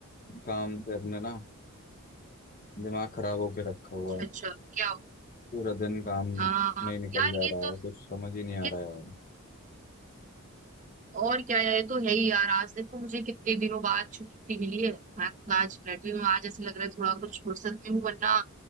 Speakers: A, on the left (about 40°); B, on the right (about 35°).
A: काम से अपने ना दिमाग खराब होके रखा हुआ है
B: अच्छा अच्छा क्या हो
A: पूरा दिन काम
B: हाँ
A: में ही निकल
B: यार
A: जा
B: ये
A: रहा
B: तो
A: है कुछ समझ ही नहीं आ
B: ये
A: रहा यार
B: और क्या है ये तो है ही यार आज देखो मुझे कितने दिनों बाद छुट्टी मिली है मैं खुद आज बैठी हूँ आज ऐसे लग रहा है थोड़ा कुछ फुर्सत में हूँ वरना